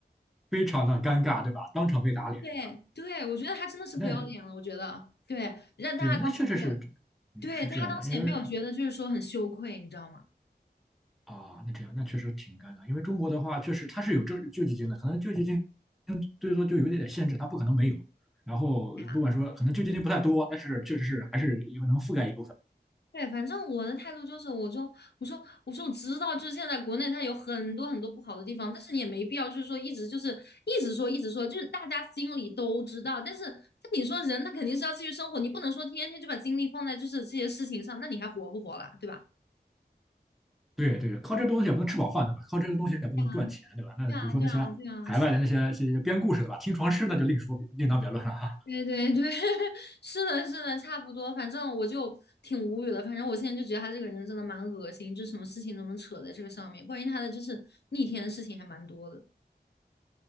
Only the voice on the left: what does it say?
<laughs> 对对，
我觉得他真的是不要脸了，
我觉得对，让大家当时没有
对，大家当时也没有觉得就是说很羞愧，
你知道吗？
对呀，
对，反正我的态度就是，我就我说我说我知道，就是现在国内它有很多很多不好的地方，但是你也没必要就是说一直就是一直说一直说，就是大家心里都知道，但是那你说人他肯定是要继续生活，你不能说天天就把精力放在就是这些事情上，那你还活不活了，对吧？
对啊，
对啊，对啊，对啊，
对 <laughs> 对对，<laughs> 是的，是的，差不多。反正我就挺无语的。反正我现在就觉得他这个人真的蛮恶心，就什么事情都能扯在这个上面。关于他的就是逆天的事情还蛮多的。